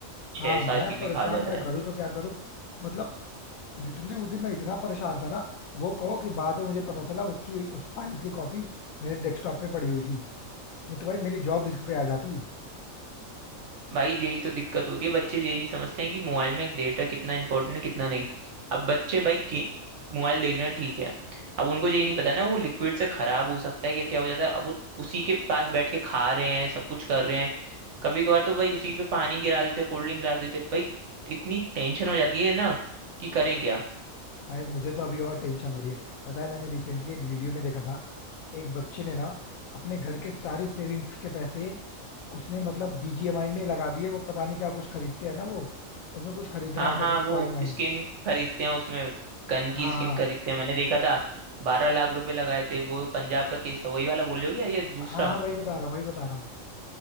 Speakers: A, on the right (about 65°); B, on the left (about 75°).
A: छः
B: हाँ मैं
A: सात जीबी
B: परेशान
A: खा जाता
B: मैं
A: है
B: करूँ तो क्या करूँ मतलब लिटरली उस दिन मैं इतना परेशान था ना वो कहो कि बाद में मुझे पता चला उसकी उस फाइल्स की कॉपी मेरे डेस्कटॉप पे पड़ी हुई थी नहीं तो भाई मेरी जॉब रिस्क पे आ जाती
A: भाई यही तो दिक्कत होती है बच्चे ये नहीं समझते हैं कि मोबाइल में डेटा कितना इंपॉर्टेंट है कितना नहीं अब बच्चे भाई के मोबाइल देख रहे हैं ठीक है अब उनको ये नहीं पता ना वो लिक्विड से खराब हो सकता है या क्या हो जाता है अब वो उसी के पास बैठ के खा रहे हैं सब कुछ कर रहे हैं कभी कभार तो भाई उसी पे पानी गिरा देते कोल्ड ड्रिंक गिरा देते भाई इतनी टेंशन हो जाती है ना कि करें क्या
B: भाई मुझे तो अभी और टेंशन हो रही है पता है मैंने रिसेंटली एक वीडियो में देखा था एक बच्चे ने ना अपने घर के सारे सेविंग्स के पैसे उसने मतलब बीजीएमआई में लगा दिए वो पता नहीं क्या कुछ खरीदते हैं ना वो उसमें कुछ खरीदना
A: हाँ
B: होता
A: हाँ
B: है कुछ
A: वो
B: कॉइन वाइन
A: स्किन खरीदते हैं उसमें गन
B: हाँ
A: की स्किन
B: हाँ
A: खरीदते हैं मैंने देखा था बारह लाख रुपए लगाए थे वो पंजाब का केस था वही वाला बोल रहे हो क्या ये दूसरा
B: हाँ हाँ वही बता रहा हूँ वही बता रहा हूँ